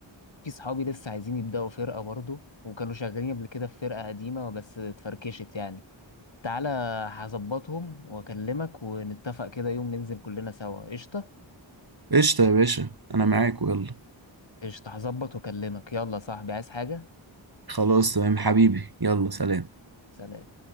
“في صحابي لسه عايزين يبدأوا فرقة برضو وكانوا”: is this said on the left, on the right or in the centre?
Left